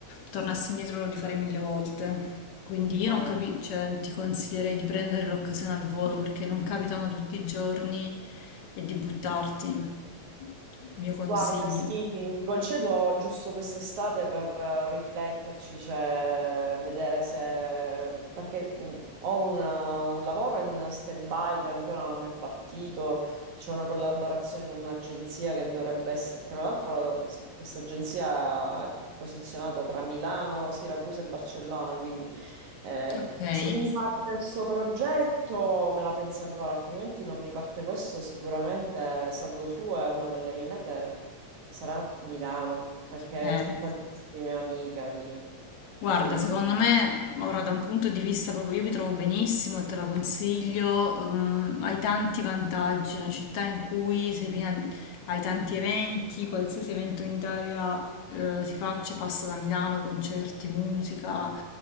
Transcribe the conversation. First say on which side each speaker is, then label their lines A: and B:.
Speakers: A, on the left (about 75°); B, on the right (about 80°).
A: tornassi indietro lo rifarei mille volte. Quindi io
B: Eh,
A: non capisco, cioè, ti consiglierei di prendere l'occasione al volo perché non capitano tutti i giorni e di buttarti. Mio consiglio,
B: Guarda, sì, mi concedo giusto quest'estate per eh, rifletterci, cioè vedere se... perché mh, ho un, eh, un lavoro in stand-by che ancora non è partito, c'è una collaborazione con un'agenzia che dovrebbe essere... Tra l'altro, sì, questa agenzia è posizionata tra Milano, Siracusa e Barcellona, quindi eh,
A: okay.
B: se mi parte questo progetto me la penso ancora, altrimenti non mi parte questo, sicuramente salgo su e una delle mie mete sarà Milano, perché
A: Eh.
B: c'ho tantissime amiche lì.
A: Guarda,
B: Quindi,
A: secondo me, ora da un punto di vista proprio, io mi trovo benissimo e te la consiglio, ehm, hai tanti vantaggi, è una città in cui sei piena, hai tanti eventi, qualsiasi evento in Italia, eh, si faccia, passa da Milano, concerti, musica,